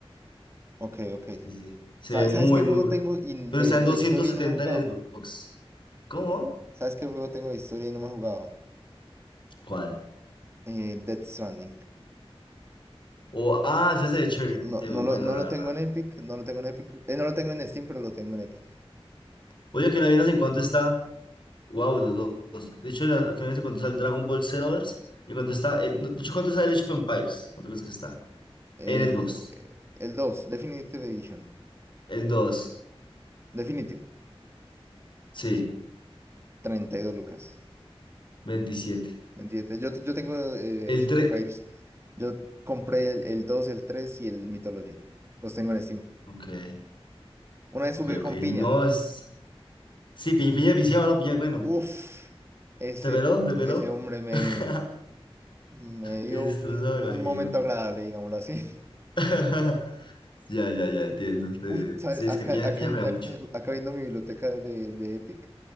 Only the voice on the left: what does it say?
sí, sí. Se
ve muy,
muy bueno.
Pero
está en
doscientos
setenta
en Xbox. ¿Cómo?
¿Cuál?
O- ah, ese es de chévere,
este
es muy bueno,
la
verdad.
Oye, que no miras en cuánto está. Wow, los dos. De hecho, la- que no miras en cuánto está el Dragon Ball Xenoverse y en cuánto está el. no, de hecho, ¿cuánto está el Age of Empires? ¿Cuánto crees que está?
En Xbox.
El dos,
Sí,
Veintisiete.
El
tres.
Ok,
ok,
ok.
No es. Sí, piña, piña viciado, ¿no? Piña, bueno.
¿Te peló? ¿Te peló?
<laughs>
Te
destrozó,
me imagino.
<laughs> Ya, ya, ya, entiendo. Te-
Sí, es
que piña,
piña
juega
mucho.